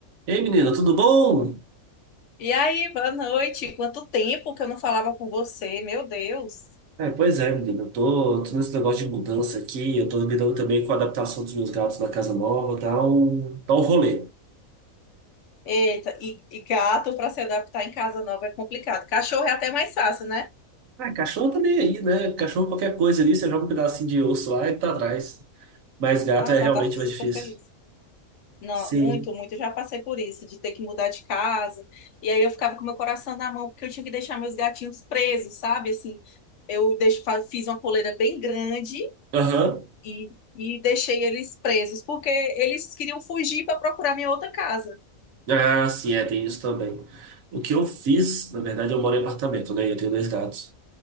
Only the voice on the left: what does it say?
E aí, boa noite. Quanto tempo que eu não falava com você, meu Deus.
Eita, e, e gato para se adaptar em casa nova é complicado. Cachorro é até mais fácil, né?
Nossa,
ela tá super
feliz. Não,
muito, muito. Eu já passei por isso, de ter que mudar de casa. E aí eu ficava com meu coração na mão, porque eu tinha que deixar meus gatinhos presos, sabe? Assim, eu deixo, fa- fiz uma coleira bem grande
e, e deixei eles presos, porque eles queriam fugir para procurar minha outra casa.